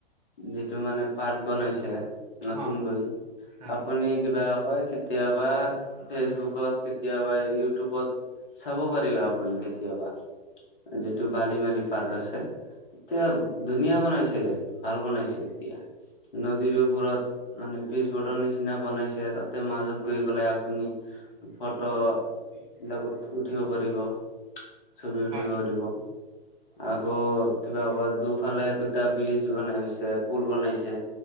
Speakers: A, on the left; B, on the right.
A: যিটো মানে পাৰ্ক বনাইছে নতুনকৈ
B: অ হয়
A: আপুনি কিবা কয়। কেতিয়াবা ফেচবুকত কেতিয়াবা ইউটিউবত। চাব পাৰিব, আপুনি কেতিয়াবা। যিটো বালিমাৰি পাৰ্ক আছে এতিয়া ধুনীয়া বনাইছে। ভাল বনাইছে এতিয়া নদীৰ ওপৰত। মানে পিছবডৰ নিচিনা বনাইছে তাতে মাজত গৈ পেলাই আপুনি ফট' ডাবল ফটো উঠিব পাৰিব। ছবি উঠিব
B: হয়
A: পাৰিব। আকৌ কিবা ক দুফালে দুটা ব্ৰীজ বনাইছে পুল বনাইছে।